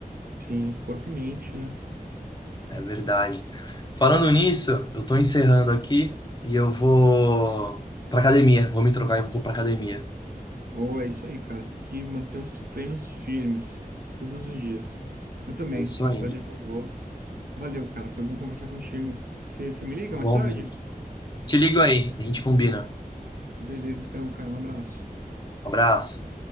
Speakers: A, on the right (about 75°); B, on the left (about 30°).
A: Sim, corpo e mente, né?
B: É verdade. Falando nisso, eu tô encerrando aqui e eu vou pra academia. Vou me trocar e vou pra academia.
A: Ou é isso aí, cara. Tem que manter os treinos firmes todos os dias. Eu também,
B: É isso
A: mais
B: aí.
A: tarde eu já vou. Valeu, cara. Foi bom conversar contigo. Você me liga
B: Igualmente.
A: mais tarde?
B: Te ligo aí, a gente combina.
A: Beleza, então, cara. Um abraço.
B: Um abraço.